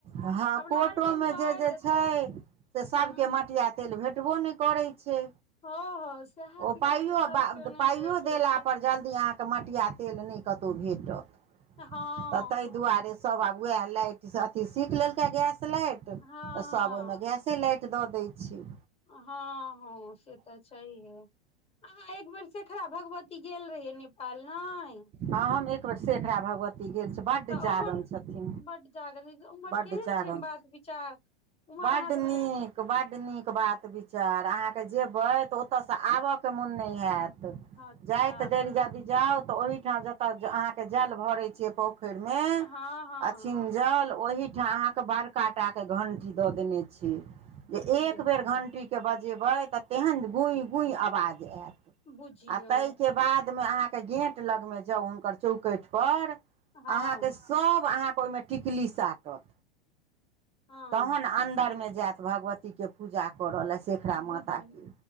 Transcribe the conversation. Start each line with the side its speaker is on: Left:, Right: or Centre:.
Right: हँ
Left: आब
Right: कोटो
Left: लालटेम
Right: मे
Left: दए
Right: जे जे
Left: देतै
Right: छै से सभके
Left: हँ
Right: मटिया तेल भेट ो नहि करै छै
Left: हँ हँ सएह
Right: ओ
Left: दिक्कत
Right: पाइो
Left: छै सबके नहि
Right: पाइयो
Left: भेटै
Right: देला
Left: छै
Right: पर जल्दी आहाँ कऽ मटिया तेल नय कतउ भेटत
Left: हँ
Right: तऽ तय दुआरे सब आब वएह लाइट अथी सीख लेलक गैस लाइट
Left: हँ
Right: त सब ओई में गैस लाइट दऽ दै छैय
Left: हँ हँ से तऽ् छैये अह एक बेर सेेखरा भगवती गेल रहिये नेपाल ने।
Right: हँ हम एक बेेर शेखड़ा भगवती गेल छी बड
Left: तऽ
Right: जागरण
Left: ओहन
Right: छै। छथि
Left: बड जागरण उम्हर
Right: बड
Left: केहन
Right: <unintelligible>
Left: छै बात विचार उम्हर
Right: बड
Left: अहाँ सबके
Right: निक
Left: जे
Right: बड्ड नीक बात विचार अहाँके जेबै तऽ ओतऽसँ आबऽके मोन नहि हैत तऽ
Left: अच्छा
Right: जाइ तऽ देरी जाादी जाउ ते ओहि ठाम जतअ अहाँ के जल भरे छे पोखइर में
Left: हँ हँ
Right: अछििन जल ओहिीठाम अहाँके बड़काटाके घण्टी दऽ देने छै
Left: बुझियौ
Right: जे एक बेर घण्टीकेँ बजेबै तऽ तेहन गूइि गूइि आवाज आयत।
Left: बुझियौ
Right: आ ताहि कऽ बादमे अहाँ। के गेंट लग मे जाउ हुनकर चौकठ पर
Left: हँ
Right: अहााँ के सब- अहाँके ओहिमे टिकली साटत
Left: हँ
Right: तहन अन्दरमे जायत भगवती। के पूजा कर रहल ह शेखराा
Left: बुझि
Right: माता के